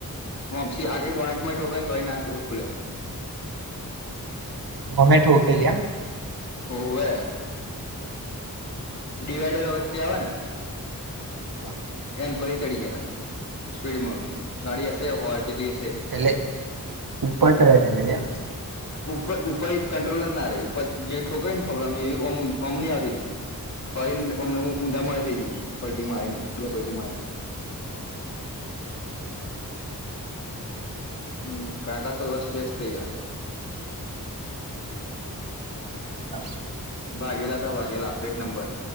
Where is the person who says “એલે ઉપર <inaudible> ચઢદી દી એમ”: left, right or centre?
Right